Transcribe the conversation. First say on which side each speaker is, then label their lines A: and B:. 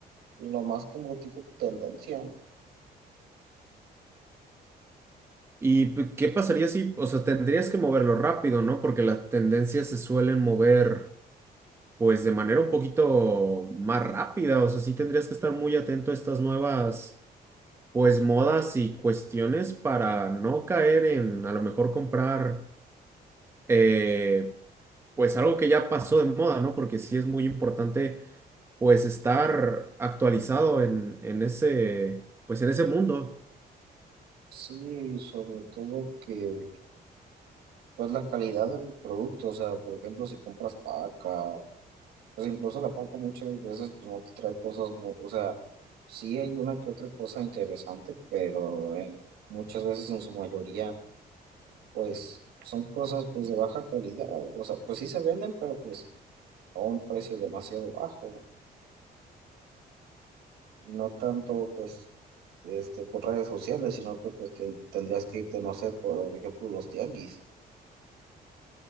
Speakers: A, on the right; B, on the right.
A: lo más como tipo tendencia,
B: ¿Y p- qué pasaría si, o sea, tendrías que moverlo rápido, ¿no? Porque las tendencias se suelen mover, pues, de manera un poquito más rápida. O sea, sí tendrías que estar muy atento a estas nuevas, pues, modas y cuestiones para no caer en, a lo mejor, comprar, eh, pues, algo que ya pasó de moda, ¿no? Porque sí es muy importante, pues, estar actualizado en, en ese, pues, en ese mundo.
A: sí, sobre todo que pues la calidad del producto, o sea, por ejemplo, si compras paca, pues incluso la paca muchas veces pues no te trae cosas, mu- o sea, sí hay una que otra cosa interesante, pero en- muchas veces en su mayoría pues son cosas pues de baja calidad, o sea, pues sí se venden, pero pues a un precio demasiado bajo, no tanto pues este por redes sociales, sino que pues te- tendrías que irte, no sé, por ejemplo, los tianguis,